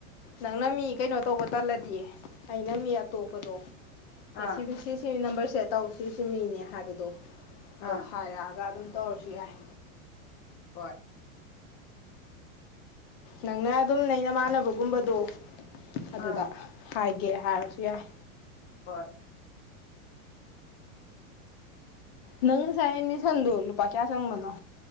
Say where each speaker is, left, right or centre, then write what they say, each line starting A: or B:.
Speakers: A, on the left (about 40°); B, on the left (about 25°).
A: ꯅꯪꯅ ꯃꯤ ꯀꯩꯅꯣ ꯇꯧꯕ ꯇꯜꯂꯗꯤ ꯑꯩꯅ ꯃꯤ ꯑꯇꯣꯞꯄꯗꯣ ꯑꯦ
B: ꯑꯥ
A: ꯁꯤ ꯁꯤ ꯁꯤ ꯅꯝꯕꯔꯁꯦ ꯇꯧ ꯁꯤ ꯁꯤ ꯃꯤꯅꯦ ꯍꯥꯏꯕꯗꯣ ꯑꯗꯣ
B: ꯑꯥ
A: ꯍꯥꯏꯔꯛꯑꯒ ꯑꯗꯨꯝ ꯇꯧꯔꯁꯨ ꯌꯥꯏ
B: ꯍꯣꯏ
A: ꯅꯪꯅ ꯑꯗꯨꯝ ꯅꯩ ꯅꯃꯥꯟꯅꯕꯒꯨꯝꯕꯗꯣ ꯑꯗꯨꯗ
B: ꯑꯥ
A: ꯍꯥꯏꯒꯦ ꯍꯥꯏꯔꯁꯨ ꯌꯥꯏ
B: ꯍꯣꯏ
A: ꯅꯪ ꯉꯁꯥꯏ ꯑꯦꯠꯃꯤꯁꯟꯗꯣ ꯂꯨꯄꯥ ꯀꯌꯥ ꯆꯪꯕꯅꯣ